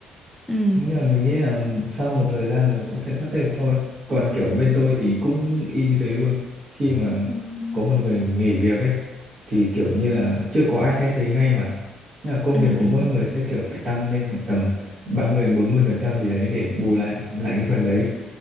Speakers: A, in the centre; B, on the right.
A: ừ
B: nhưng mà mình nghĩ là sau một thời gian rồi cũng sẽ sắp xếp được thôi còn kiểu bên tôi thì cũng y như thế luôn khi mà
A: ừ
B: có một người nghỉ việc ấy thì kiểu như là chưa có ai thay thế ngay mà Thế là công
A: ừ
B: việc của
A: ừ
B: mỗi người sẽ kiểu phải tăng lên khoảng tầm ba mươi đến 40 phần trăm gì đấy để bù lại lại cái phần đấy